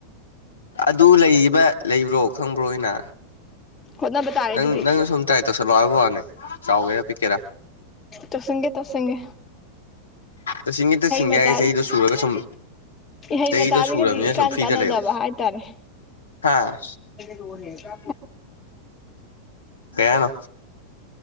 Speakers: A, on the left; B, on the left.
A: ꯑꯗꯨ ꯂꯩꯕ ꯂꯩꯕ꯭ꯔꯣ ꯈꯪꯕ꯭ꯔꯣꯅ
B: ꯍꯣꯠꯅꯕ ꯇꯥꯔꯦ
A: ꯅꯪ
B: ꯑꯗꯨꯗꯤ
A: ꯅꯪꯅ ꯁꯨꯝ ꯇ꯭ꯔꯥꯏ ꯇꯧꯁꯜꯂꯣꯑꯣ ꯍꯥꯏꯕ ꯐꯅꯦ ꯆꯥꯎꯒꯦꯔꯥ ꯄꯤꯛꯀꯦꯔꯥ
B: ꯇꯁꯦꯡꯒꯦ ꯇꯁꯦꯡꯒꯦ
A: ꯇꯁꯦꯡꯒꯤ ꯇꯁꯦꯡꯒꯦ
B: ꯃꯇꯥꯁꯤ
A: ꯍꯥꯏꯒꯤ ꯆꯍꯤꯗꯣ ꯁꯨꯔꯒ ꯁꯨꯝ
B: ꯏꯍꯩ
A: ꯆꯍꯤꯗꯣ
B: ꯃꯆꯥꯁꯤꯒꯗꯤ
A: ꯁꯨꯔꯕꯅꯤꯅ
B: ꯏꯀꯥꯟ
A: ꯁꯨꯝ ꯐ꯭ꯔꯤꯗ
B: ꯀꯥꯟꯅꯗꯕ
A: ꯂꯩꯌꯣ
B: ꯍꯥꯏꯇꯥꯔꯦ
A: ꯍꯥ
B: ꯗꯣ ꯍꯦ ꯀ
A: ꯀꯌꯥꯅꯣ